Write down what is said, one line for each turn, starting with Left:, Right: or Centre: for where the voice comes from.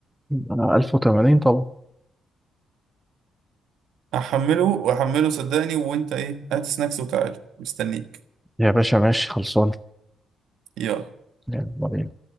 Centre: انا 1080 طبعا
Right: احمله واحمله صدقني وانت ايه هات سناكس وتعالى مستنيك
Centre: يا باشا ماشي خلصان
Right: يلا
Centre: يلا بينا.